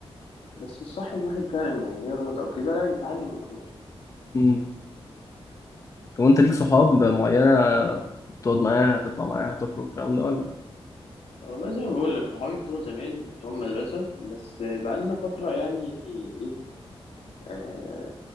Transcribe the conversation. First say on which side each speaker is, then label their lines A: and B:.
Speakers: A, on the left (about 75°); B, on the left (about 30°).
A: بس الصح ان الواحد فعلا يعني يغلط او كده لا يتعلم من غلطه
B: مم. طب انت ليك صحاب معينه تقعد معاها تطلع معاها تخرج الكلام ده ولا
A: والله زي ما بقول لك صحابي بتوع زمان بتوع المدرسه بس بقالنا فتره يعني ايه آه